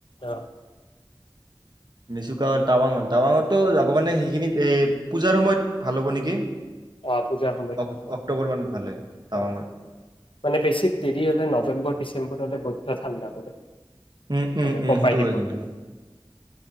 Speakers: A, on the left; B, on the right.
A: অ
B: মেচুকা টাৱাঙল টাৱাঙত- তো যাবৰ কাৰণে সেইখিনিত এ পূজাৰ সময়ত ভাল হ'ব নেকি?
A: অ পূজাৰ সময়ত
B: অক অক্টোবৰ মানত ভাল হয় টাৱাঙত
A: অ মানে বেছি দেৰি হলে নৱেম্বৰ ডিচেম্বৰ হলে - ত ঠাণ্ডা পৰে।
B: উম উম
A: মানে
B: উম
A: কপাই
B: সেইটো হয়
A: দিব,
B: কিন্তু অ